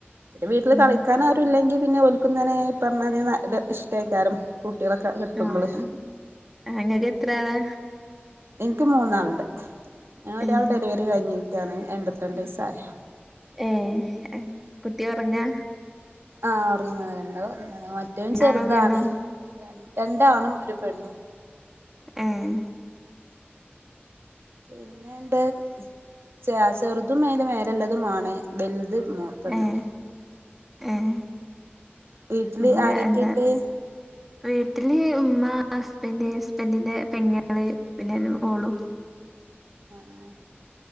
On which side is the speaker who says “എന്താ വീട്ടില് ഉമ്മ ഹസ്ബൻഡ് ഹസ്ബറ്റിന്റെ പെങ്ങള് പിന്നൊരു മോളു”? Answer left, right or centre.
Centre